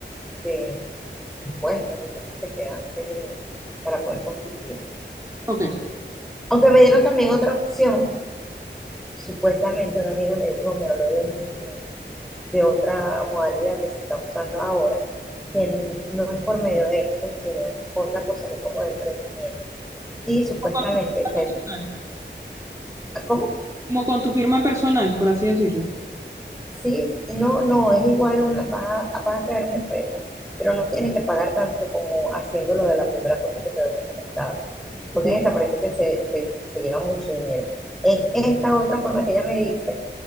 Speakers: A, in the centre; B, on the right (about 15°).
A: de impuestos y cosas que te hacen para poder constituir.
B: ok.
A: Aunque me dieron también otra opción, supuestamente una amiga me dijo, me habló de, un- de otra modalidad que se está usando ahora, que no es por medio de esto, sino es otra cosa que es como de emprendimiento. Y supuestamente,
B: Como con tu firma personal,
A: ¿cómo?
B: como con tu firma personal, por así decirlo.
A: Sí, no, no, es igual, una, vas a, vas a crear una empresa, pero no tienes que pagar tanto como haciéndolo de la primera forma que te había comentado porque
B: Ok.
A: en esta parece que se, se, se lleva mucho dinero. En esta otra forma que ella me dice,